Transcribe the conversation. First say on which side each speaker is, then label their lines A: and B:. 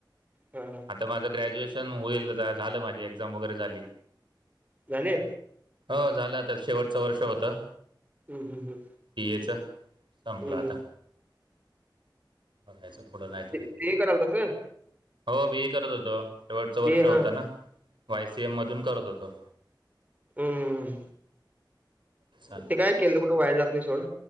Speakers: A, on the right; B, on the right.
A: हां हां
B: आता माझं ग्रॅज्युएश तन होईल झालं माझी एक्झाम वगैरे झाली
A: झाले
B: हो झालं तर शेवटचं वर्ष होतं
A: हं, हं, हं.
B: पियेचा संपलं
A: हं,
B: आता
A: हं.
B: बघायच पुढं काहीतरी
A: ते ते करायला तसं
B: हो बी ए करत होतो शेवटचं
A: बी
B: वर्ष
A: हां
B: होतं ना वायसीएम मधून करत होतो
A: हम्मम
B: चाललंय.
A: ते काय केलं कुठं वाय जात नाही सोड